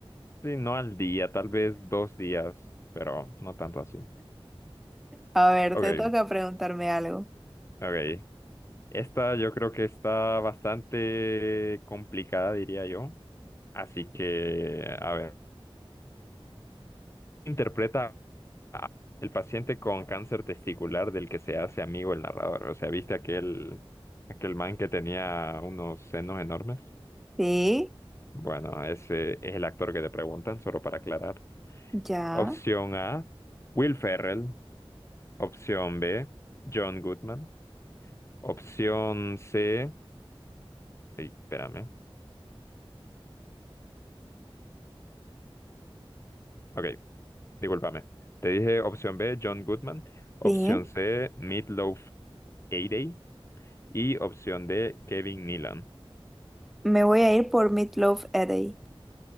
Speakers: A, on the left; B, in the centre.
A: sí, no al día, tal vez dos días, pero no tanto así.
B: A ver,
A: Ok,
B: te toca preguntarme algo.
A: ok. Esta yo creo que está bastante complicada, diría yo. Así que, a ver, interpreta el paciente con cáncer testicular del que se hace amigo el narrador. O sea, ¿viste aquel, aquel man que tenía unos senos enormes?
B: Sí,
A: Bueno, ese es el actor que te preguntan, solo para aclarar.
B: ya,
A: Opción A, Will Ferrell. Opción B, John Goodman. Opción C, ay, espérame. Ok. Discúlpame. Te dije opción B, John Goodman. Opción
B: sí.
A: C, Meatloaf Hayday. Y opción D, Kevin Nealon.
B: Me voy a ir por Meatloaf Eddy.